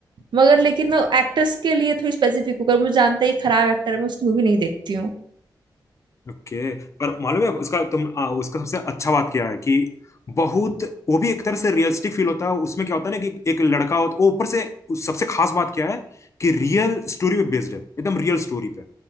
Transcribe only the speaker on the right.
मगर लेकिन मैं एक्टर्स के लिए थोड़ी स्पेसिफिक हूँ अगर मुझे जानता है ये खराब एक्टर है मैं उसकी मूवी नहीं देखती